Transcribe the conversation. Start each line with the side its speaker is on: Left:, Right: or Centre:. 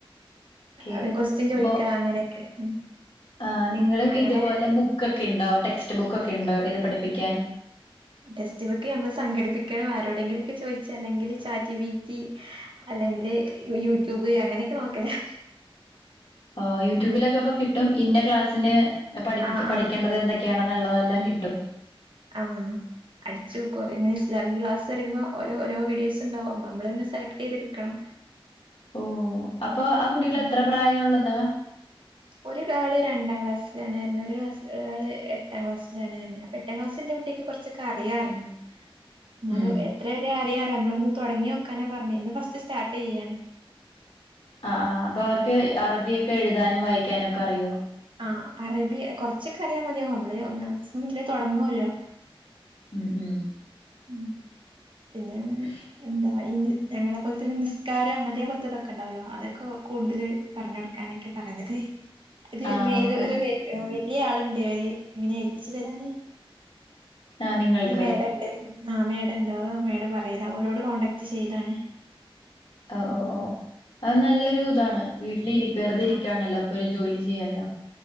Left: ഓക്കെ
Right: ഒരു ക്വസ്റ്റൻ ചോയ്ക്ക
Left: അപ്പൊ
Right: അങ്ങനെയൊക്കെ ഉം.
Left: ആഹ് നിങ്ങളും
Right: അങ്ങനെ
Left: ഇതുപോലെ ബുക്കൊക്കെ ഇണ്ടോ ടെക്സ്റ്റ് ബുക്കൊക്കെ ഇണ്ടോ ഇത് പഠിപ്പിക്കാൻ.
Right: ടെക്സ്റ്റ് ബുക്ക് നമ്മൾ സംഘടിപ്പിക്കണം ആരോടെങ്കിലും ഒക്കെ ചോയ്ച്ച് അല്ലെങ്കിൽ ചാറ്റിവീറ്റി. അല്ലെങ്കില് യൂട്യൂബ് അങ്ങനൊക്കെ നോക്കലാ.
Left: ഓ യൂട്യൂബിലൊക്കെ ഇപ്പ കിട്ടും ഇന്ന ക്ലാസ്സിന് പഠിപ്പ
Right: ആഹ്
Left: പഠേണ്ടത്
Right: ആഹ്
Left: എന്തൊ ക്കണെന്നുള്ളതെല്ലാം കിട്ടും
Right: ആഹ് അടിച്ചു നോക്കോ ഇങ്ങെ ഇസ്ലാമക് ക്ലാസ് അറുമ്പോ ഓ ഓരോ വീടി യോസ്ണ്ടാവും നമ്മളിെ സെലക്ട് ചെയ്തെടുക്കണം.
Left: ഓ അപ്പൊ ആ കുട്ടികൾ
Right: ഉം
Left: എത്ര പ്രായം ഉള്ളതാ
Right: ഒരു ആള് രണ്ടാം ക്ലാസ്സിലാണ് കയ ഒരു ക്ലാ ആള് എട്ടാം ക്ലാസ്സിലാണ് കയത് അപ്പൊ എട്ടാം ക്ലാസ് ഉള്ള കുട്ടിക്ക് കുറച്ചൊെ അറിയാറ് ഞ്ഞ്
Left: <inaudible>
Right: എന്നാലും
Left: ഉം
Right: എത്ര വരെ അറിയാാലോ നമ്മളൊന്ന് തുടങ്ങി വെക്കാനാ പറഞ്ഞേ ഇന്ന് ഫസ്റ്റ് സ്റ്റാർട്ട് ചെയ്യയാണ്
Left: ആ ആ അപ്പൊ അവർക്ക് അറബിയൊക്കെ എഴുതാനും വായിക്കാനും ഒക്കെ അറിയുമോ
Right: ആ അറേബിയ കുറച്ചൊക്കെ അറിയാ മതിയാോ നമ്മള് ഒന്ന മുന്നേ തുടങ്ങുവല്ലോ
Left: ഉം ഉം
Right: ഉം പിന്നെ
Left: <inaudible>
Right: എന്താ ഈ ഞങ്ങളെ പോലത്തെ നിസ്കാരോ അങ്ങനത്തെ പോലത്തെതൊക്കെ ഉണ്ടാവല്ലോ അതൊക്കെ കൂടുതൽ പറഞ്ഞ കൊടുക്ക കാനൊക്കെ പറഞ്ഞത്.
Left: <inaudible>
Right: ഇത്
Left: ആഹ്
Right: മേൽ ഒരു വല്യയ ആള്ണ്ട് അവര് ഇങ്ങനെ ഏൽപ്പിച്ചു തരാന്.
Left: ആഹ് നിങ്ങൾക്ക്
Right: ഒരു മേഡംണ്ട് ആഹ് മേഡംണ്ട് വ മേഡം പറയതാ ഓരോട് കോൻടാക്ട് ചെയ്താണ്
Left: ഓ ഓ ഓ അത് നല്ലൊരു താണ് വീട്ടിലിരി വെറുതെ ഇരികാണല്ലോ
Right: ആഹ്
Left: അപ്പൊ ഒരു ജോലി ചെയ്യാലോ. <inaudible>